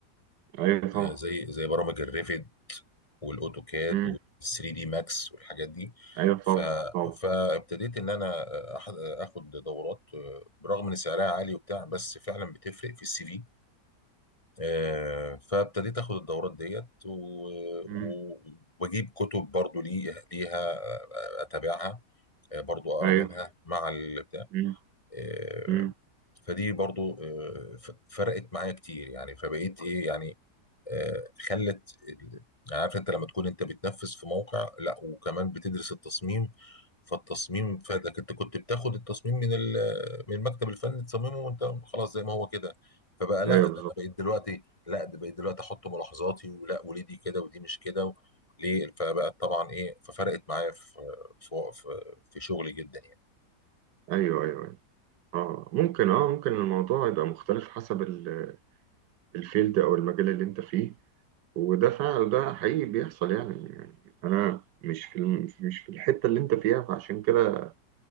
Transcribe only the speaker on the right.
ايوه طبعا
مم.
ايوه طبعا
طبعا
مم.
ايوه
مم.
مم.
ايوه
بالظبط
ايوه ايوه ايوه اه ممكن اه ممكن الموضوع يبقى مختلف حسب ال- الفيلد او المجال اللي انت فيه وده فعلا ده حقيقي بيحصل يعني يعني انا مش في الم- مش في الحته اللي انت فيها فعشان كده